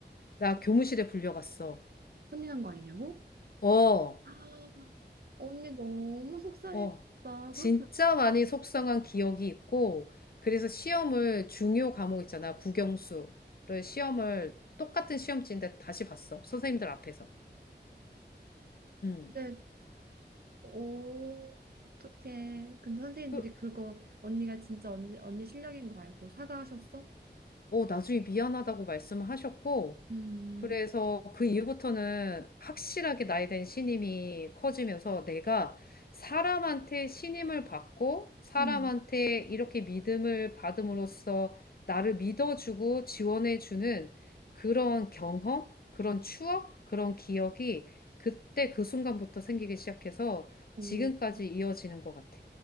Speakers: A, on the left; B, on the right.
A: 나 교무실에 불려갔어.
B: 컨닝한 거 아니냐고?
A: 어,
B: 아, 언니 너무 속상했다.
A: 어. 진짜
B: 그렇게.
A: 많이 속상한 기억이 있고, 그래서 시험을 중요 과목 있잖아. 국영수를 시험을 똑같은 시험지인데 다시 봤어. 선생님들 앞에서. 음.
B: 근데 오, 어떡해. 근데 선생님들이
A: 그,
B: 그거 언니가 진짜 언니, 언니 실력인 거 알고 사과하셨어?
A: 어, 나중에 미안하다고 말씀을 하셨고,
B: 음,
A: 그래서 그 이후부터는 확실하게 나이 된 신임이 커지면서 내가 사람한테 신임을 받고, 사람한테
B: 음,
A: 이렇게 믿음을 받음으로써 나를 믿어주고 지원해주는 그런 경험, 그런 추억, 그런 기억이 그때 그 순간부터 생기기 시작해서
B: 오,
A: 지금까지 이어지는 것 같아.